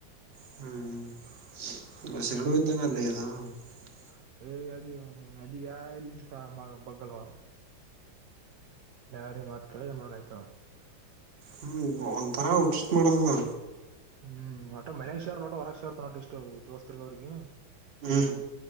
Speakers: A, on the right; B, on the right.
A: <unintelligible>
B: ಏಯ್ <unintelligible> ಯಾರು ಮಾತ ಕೇಳಮ್ಮನ ಆಯ್ತಾವ <unintelligible>
A: ಹ್ಮ್, ಒಂಥರ ಹುಚ್, ಹುಚ್ ಮಾಡತದ.
B: ಹ್ಮ್, ಒಟ ಮನೇಗ ಶೇರಲ ಒಟ ವರಗ ಶೇರ್ತನ ಒಟ ಇಷ್ಟ ದೋಸ್ತರ್ಗ ಅವ್ರಿಗಿ.,
A: ಹ್ಮ್